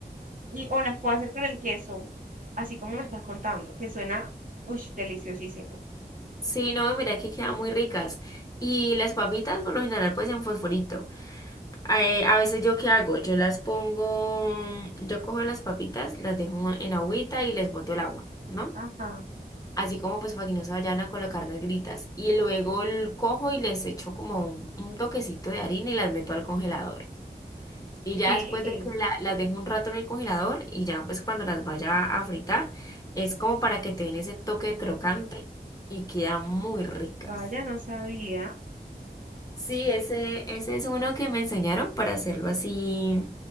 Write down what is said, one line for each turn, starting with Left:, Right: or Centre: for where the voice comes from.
Right: y, o las puedo hacer con el queso, así como me estás contando, que suena, uy, deliciosísimo.
Left: sí, no, mira que quedan muy ricas. Y las papitas, por lo general, pues en fosforito. Eh, a veces yo qué hago, yo las pongo, yo cojo las papitas, las dejo en agüita y les boto el agua, ¿no?
Right: Ajá.
Left: Así como pues para que no se vayan a colocar negritas. Y luego l- cojo y les echo como un, un toquecito de harina y las meto al congelador. Y ya
Right: Sí.
Left: después de que la- las dejo un rato en el congelador y ya pues cuando las vaya a fritar, es como para que te den ese toque crocante y quedan muy ricas.
Right: Vaya, no sabía.
Left: Sí, ese, ese es uno que me enseñaron para hacerlo así,